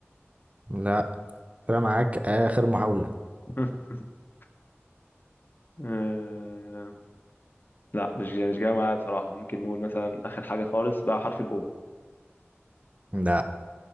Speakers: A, on the right; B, on the left.
A: لا كده معاك آخر محاولة
B: <laughs> آه، لا مش جاي مش جاي معايا بصراحة ممكن نقول مثلا اخر حاجة خالص بقى حرف الاو
A: لا